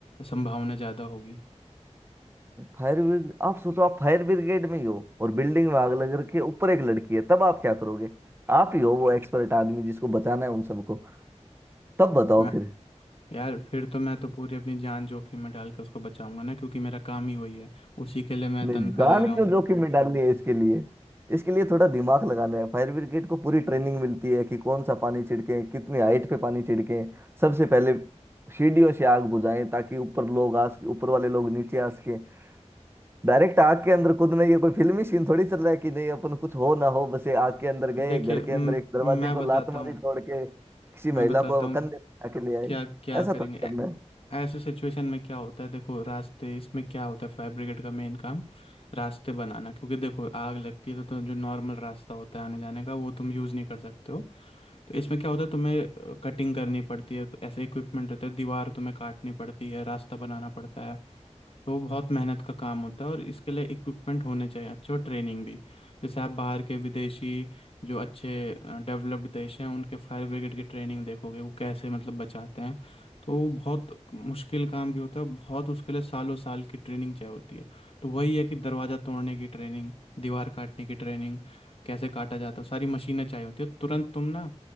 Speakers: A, on the left (about 50°); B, on the right (about 20°).
A: संभावना ज़्यादा होगी
B: फायर ब्रिगेड, आप सोचो आप फायर ब्रिगेड में ही हो और बिल्डिंग में आग लग रखी है ऊपर एक लड़की है तब आप क्या करोगे आप ही हो वो एक्सपर्ट आदमी जिसको बचाना है उन सबको तब बताओ
A: मैं
B: फिर
A: यार फिर तो मैं तो पूरी अपनी जान जोखिम में डाल के उसको बचाऊंगा ना क्योंकि मेरा काम ही वही है उसी के लिए मैं
B: नहीं
A: तनख्वाह
B: जान
A: ले रहा
B: क्यों
A: हूँ
B: जोखिम में डालनी है इसके लिए इसके लिए थोड़ा दिमाग लगाना है फायर ब्रिगेड को पूरी ट्रेनिंग मिलती है कि कौन सा पानी छिड़के कितनी हाइट पे पानी छिड़के सबसे पहले सीढ़ियों से आग बुझाएं ताकि ऊपर लोग आ सके ऊपर वाले लोग नीचे आ सके डायरेक्ट आग के अंदर कूदना ये कोई फिल्मी सीन थोड़ी चल रहा है कि नहीं अपन कुछ हो ना हो बस ये आग के अंदर गए
A: देखिए
B: घर के
A: म-
B: अंदर एक दरवाजे
A: मैं
B: को
A: बताता
B: लात मारी
A: हूँ
B: तोड़ के किसी महिला
A: मैं बताता
B: को
A: हूँ
B: कंधे पे उठा के ले आए
A: क्या क्या
B: ऐसा
A: करेंगे
B: थोड़ी करना है
A: ऐसे सिचुएशन में क्या होता है देखो रास्ते इसमें क्या होता है फायर ब्रिगेड का मेन काम रास्ते बनाना क्योंकि देखो आग लगती है तो, तो जो नॉर्मल रास्ता होता है आने जाने का वो तुम यूज़ नहीं कर सकते हो तो इसमें क्या होता है तुम्हें कटिंग करनी पड़ती है तो ऐसे इक्विपमेंट रहता है दीवार तुम्हें काटनी पड़ती है रास्ता बनाना पड़ता है तो बहुत मेहनत का काम होता है और इसके लिए इक्विपमेंट होने चाहिए अच्छे और ट्रेनिंग भी जैसे आप बाहर के विदेशी जो अच्छे डेवलप्ड देश हैं उनके फायर ब्रिगेड की ट्रेनिंग देखोगे वो कैसे मतलब बचाते हैं तो वो बहुत मुश्किल काम भी होता है बहुत उसके लिए सालों साल की ट्रेनिंग चाहिए होती है तो वही है कि दरवाज़ा तोड़ने की ट्रेनिंग दीवार काटने की ट्रेनिंग कैसे काटा जाता है सारी मशीनें चाहिए होती है तुरंत तुम ना